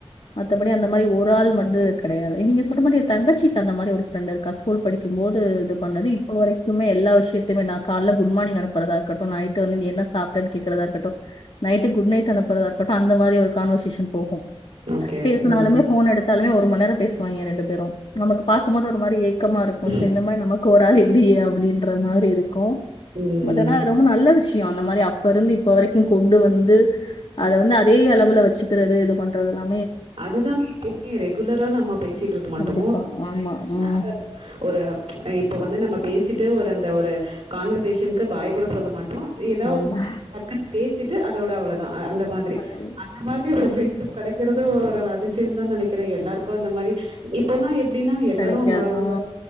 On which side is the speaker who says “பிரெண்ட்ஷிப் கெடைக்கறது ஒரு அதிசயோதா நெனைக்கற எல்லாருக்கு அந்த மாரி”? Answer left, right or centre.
Right